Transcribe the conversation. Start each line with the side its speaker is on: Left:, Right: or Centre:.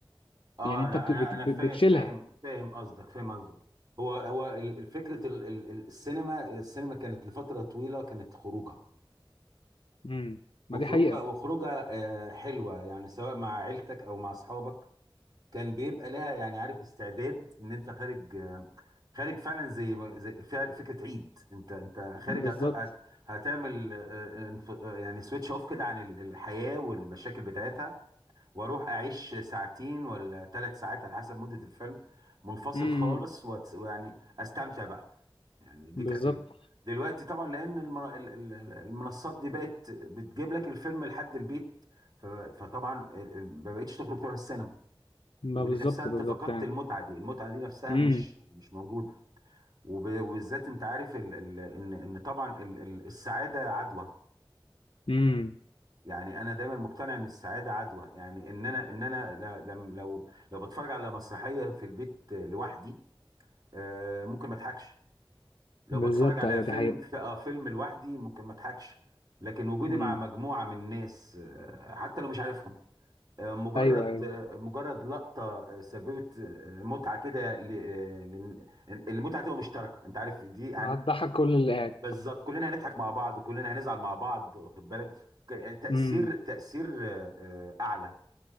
Right: اه
Left: يعني انت
Right: انا
Left: بت-
Right: انا
Left: بت-
Right: انا فاهم
Left: بتشيلها
Right: فاهم فاهم قصدك فاهم قصدك هو هو ال- ال- فكره ال- ال- ال- السينما السينما كانت لفتره طويله كانت خروجه
Left: امم ما
Right: وخروجه
Left: دي حقيقه
Right: وخروجه آه، حلوه يعني سواء مع عيلتك او مع اصحابك كان بيبقى لها يعني عارف استعداد ان انت خارج آه، خارج فعلا زي ما- زي فع- فكره عيد انت انت خارج
Left: بالظبط
Right: هت- هت- هتعمل آه، آه، انف- آه، يعني سويتش اوف كده عن ال- الحياه والمشاكل بتاعتها واروح اعيش ساعتين ولا ثلاث ساعات على حسب مدة الفيلم منفصل
Left: امم
Right: خالص وأت- ويعني استمتع بقى يعني دي
Left: بالظبط
Right: كانت ال- دلوقتي طبعا لان المن- ال- ال- ال- المنصات دي بقت بتجيب لك الفيلم لحد البيت ف- فطبعا ال- ال- ما بقتش تخرج تروح السينما
Left: ما
Right: ودي
Left: بالظبط
Right: نفسها انت
Left: بالظبط
Right: فقدت
Left: يعني
Right: المتعة دي المتعة دي نفسها
Left: امم
Right: مش مش موجودة وب- وبالذات انت عارف ال- ال- ان ان طبعا ال- ال- السعادة عدوى
Left: امم
Right: يعني انا دايما مقتنع ان السعاده عدوى يعني ان انا ان انا ل- لم لو لو بتفرج على مسرحيه في البيت لوحدي آه، ممكن ما اضحكش لو
Left: بالظبط
Right: بتفرج على
Left: ايوه
Right: فيلم
Left: دي حقيقة
Right: في آه، فيلم لوحدي ممكن ما اضحكش لكن وجودي
Left: امم
Right: مع مجموعه من ناس آه، حتى لو مش عارفهم آه، مجرد
Left: ايوه ايوه
Right: آه، مجرد لقطه آه، سببت آه، متعه كده ل- آه، لن- المتعه تبقى مشتركه انت عارف دي
Left: هتضحك كل اللي قاعد
Right: بالظبط كلنا هنضحك مع بعض كلنا هنزعل مع بعض واخد بالك ك- يعني تأثير
Left: امم
Right: تأثير آه، آه، أعلى